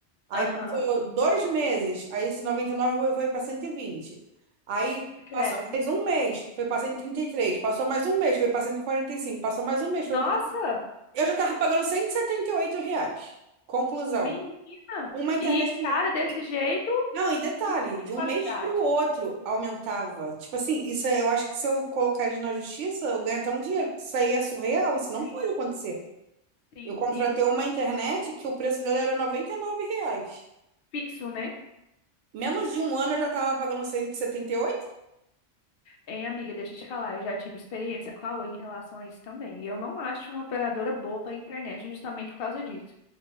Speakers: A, on the right; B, on the left.
A: Aí
B: aham,
A: passou dois meses, aí esse 99 foi para cento e vinte Aí
B: credo.
A: passou mais um mês, foi para cento e trinta e três Passou mais um mês, foi para cento e quarenta e cinco Passou mais um mês, foi
B: Nossa,
A: Eu já tava pagando cento e e setenta e oito reais. Conclusão.
B: menina!
A: Uma internet
B: E
A: que.
B: cara
A: Não,
B: desse
A: e-
B: jeito.
A: não, e detalhe,
B: E tem
A: de um
B: qualidade.
A: mês para o outro aumentava. Tipo assim, isso é- eu acho que se eu colocar eles na justiça, eu ganho até um dinheiro.
B: Ah,
A: Isso aí é surreal, isso não
B: Sim,
A: pode acontecer.
B: sim,
A: Eu contratei
B: sim.
A: uma internet que o preço dela era 99 reais.
B: Pixel, né?
A: Menos de um ano eu já tava pagando cento e e setenta e oito.
B: Hein, amiga, deixa eu te falar, eu já tive experiência com a Oi em relação a isso também. Eu não acho uma operadora boa para internet justamente por causa disso.